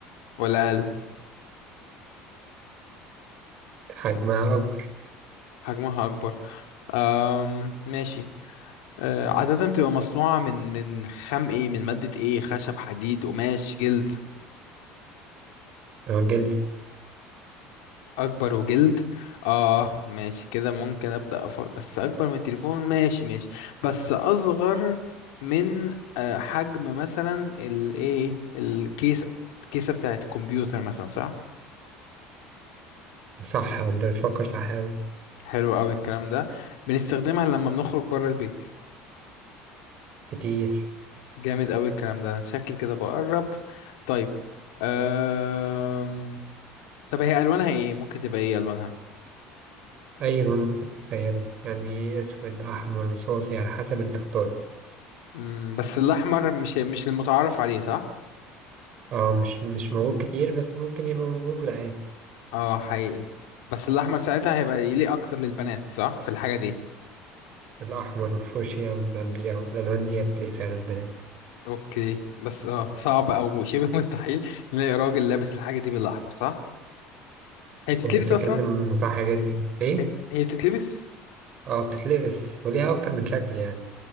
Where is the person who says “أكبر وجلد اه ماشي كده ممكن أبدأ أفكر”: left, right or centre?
Left